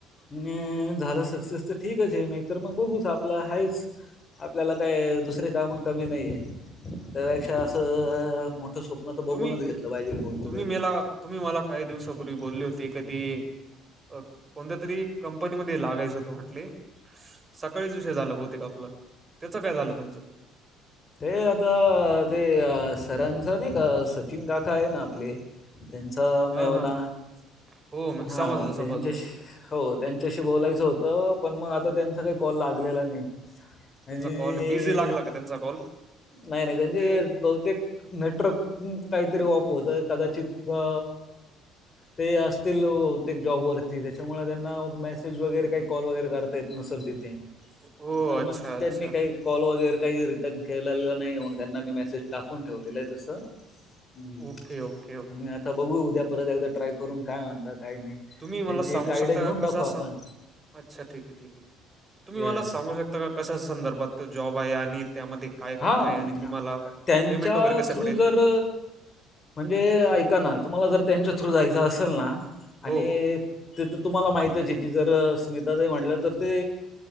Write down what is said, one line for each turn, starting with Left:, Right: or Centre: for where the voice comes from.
Left: नी झालं सक्सेस तर ठीकच आहे, नाहीतर मग बघूच आपलं हायेच. आपल्याला काही दुसरे कामं कमी नाही आहे त्यापेक्षा असं अ अ मोठ स्वप्न तर बघूनच
Right: तुम्ही
Left: घेतलंच पाहिजेल, कोणतं
Right: तुम्ही
Left: तरी.
Right: मला तुम्ही मला काही दिवसापूर्वी बोलले होते ती का ती अ कोणत्या तरी कंपनी मध्ये लागायच होत म्हटली स सकाळीच विषय झाला बहुतेक आपला, त्याचं काय झालं तुमचं?
Left: ते आता ते अ सरांचं नाही का? सचिन काका आहे ना आपले त्यांचा
Right: हा
Left: मेव्हणा
Right: हा हो म-
Left: हा
Right: समजलं
Left: त्यांच्याशी
Right: समजलं
Left: हो त्यांच्याशी बोलायचं होतं पण, मग आता त्यांचा काही कॉल लागलेला नाही.
Right: त्यांचा
Left: आणि
Right: कॉल बिझी लागला का त्यांचा कॉल?
Left: नाही नाही त्यांचे
Right: ते
Left: बहुतेक नेटवर्क काहीतरी ऑफ होतंय कदाचित अ ते असतील, बहुतेक जॉब वरती त्याच्यामुळे त्यांना मेसेज वगैरे काही कॉल वगैरे करत ता येत नसेल तिथे
Right: हो
Left: पण,
Right: अच्छा
Left: मग
Right: अच्छा
Left: त्यांनी काही कॉल वगैरे काही री टर्न केलेला नाही मग, त्यांना मी मेसेज टाकून ठेवलेला आहे तसं. हम्म.
Right: Okay okay okay!
Left: मी आता बघू उद्या परत, एकदा ट्राय करून काय म्हणता काय नाही.
Right: तुम्ही मला
Left: त्यांची
Right: सांगू
Left: एक आयडिया
Right: शकता
Left: घेऊन
Right: का,
Left: टाकू
Right: कसा
Left: आपण
Right: सा? अच्छा ठीक आहे ठीक आहे तुम्ही
Left: येस
Right: मला सांगू शकता का कशा संदर्भात त जॉब आहे आणि त्यामध्ये काय
Left: हा
Right: काम आहे
Left: म्या
Right: आणि तुम्हाला
Left: त्यांच्या
Right: पेमेंट वगैरे कसं
Left: थ्रू
Right: पडेल
Left: जर म्हणजे ऐका ना तुम्हाला जर त्यांच्या थ्रू जायच असेल ना आणि
Right: हो
Left: ते तर तुम्हाला माहितच आहे की जर स्मिता ताई म्हटल्या तर ते